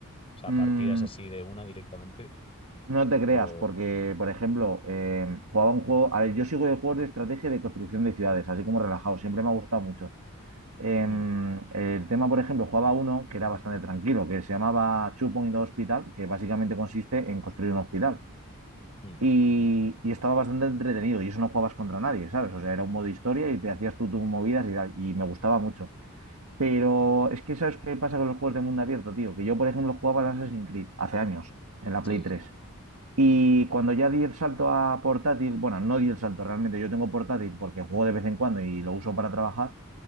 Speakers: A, on the left; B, on the right.
A: O sea,
B: Mm,
A: partidas así de una directamente.
B: No te creas,
A: O...
B: porque, por ejemplo, eh, jugaba un juego. A ver, yo sigo de juegos de estrategia y de construcción de ciudades, así como relajado, siempre me ha gustado mucho. Em,
A: mm,
B: el tema, por ejemplo, jugaba uno que era bastante tranquilo, que se llamaba Two Point Hospital, que básicamente consiste en construir un hospital.
A: mm,
B: Y,
A: mm.
B: y estaba bastante entretenido, y eso no jugabas contra nadie, ¿sabes? O sea, era un modo historia y te hacías tú tus movidas y tal, y me gustaba mucho. Pero es que, ¿sabes qué pasa con los juegos de mundo abierto, tío? Que yo, por ejemplo, jugaba al Assassin's Creed hace años, en la
A: Sí,
B: Play 3.
A: sí.
B: Y cuando ya di el salto a portátil, bueno, no di el salto realmente, yo tengo portátil porque juego de vez en cuando y lo uso para trabajar,